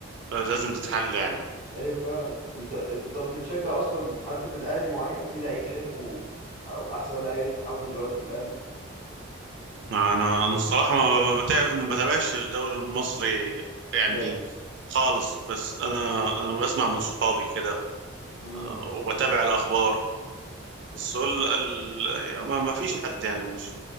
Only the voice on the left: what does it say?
ايوه فعلا انت انت طب بتشجع اصلا حد في الاهلي معين في لعيب شايفه او احسن لعيب انت حابه دلوقتي في الاهلي
جامد
امم